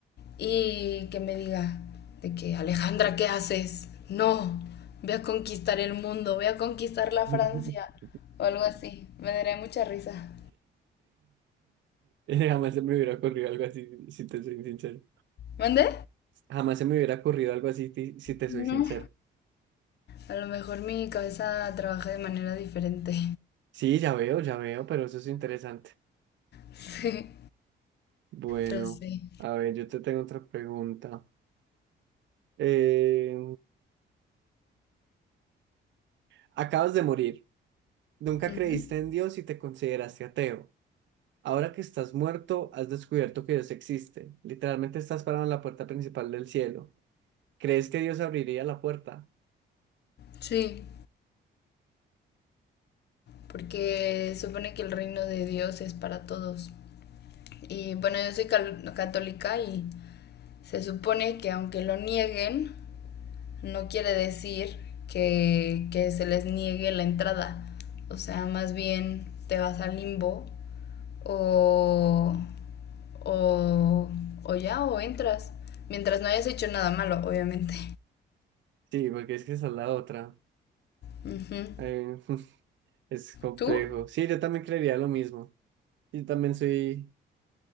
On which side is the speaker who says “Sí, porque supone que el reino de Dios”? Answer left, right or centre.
Left